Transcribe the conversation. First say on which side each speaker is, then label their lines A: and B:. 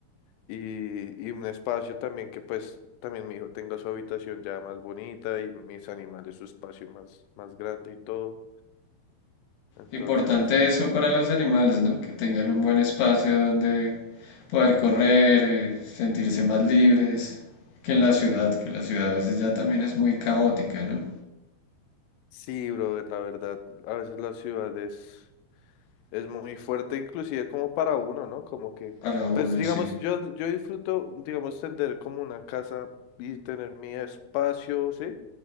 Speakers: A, on the left (about 85°); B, on the left (about 65°).
A: y, y un espacio también que pues también mi hijo tenga su habitación ya más bonita y mis animales su espacio más, más grande y todo. Entonces
B: Importante
A: es,
B: eso para los animales, ¿no? Que tengan un buen espacio donde poder correr, eh, sentirse más libres que en la ciudad, que la ciudad a veces ya también es muy caótica, ¿no?
A: sí, brother, la verdad, a veces la ciudad es, es muy fuerte, inclusive como para uno, ¿no? Como que,
B: Para uno,
A: pues digamos,
B: sí.
A: yo, yo disfruto, digamos, tener como una casa y tener mi espacio, ¿sí?